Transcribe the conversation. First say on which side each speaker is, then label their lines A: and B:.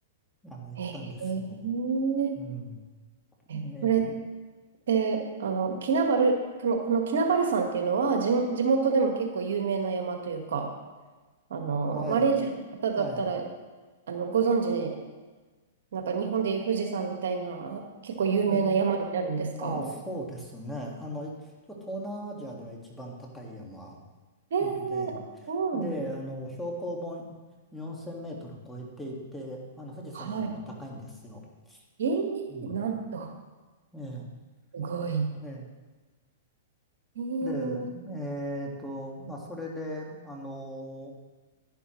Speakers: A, in the centre; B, on the right (about 70°).
A: あの、行ったんですよ。
B: えー
A: うん。
B: え、
A: えー
B: これって、あの、キナバル、この、このキナバル山っていうのは、地、地元でも結構有名な山というか、あの、
A: はい、
B: マレーシアの方だったら、
A: はい。
B: あの、ご存知、なんか日本でいう富士山みたいな、結構有名な山になるんですか
A: え、ああ、そうですね。あの、いちょ東南アジアでは一番高い山
B: えー、
A: で、
B: あ、そうなんです。
A: で、あの、標高も4000メートル超えていて、あの、富士山よりも高いんですよ。
B: はい。え
A: うん。
B: ー、なんと、
A: ええ、
B: すごい。
A: で、ね
B: えー、
A: で、でえっと、まあ、それで、あの、